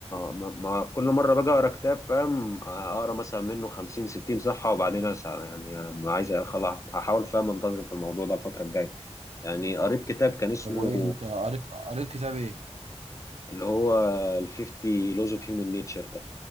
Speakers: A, on the left; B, on the right.
A: ما ما كل مره باجي اقرا كتاب فاهم آه، اقرا مثلا منه 50 60 صفحه وبعدين اسال يعني ما عايز أخلع- هحاول فاهم انتظم في الموضوع ده الفتره الجايه يعني قريت كتاب كان اسمه
B: طب وايه انت قريت قريت كتاب ايه؟
A: اللي هو ال 50 Laws of Human Nature ده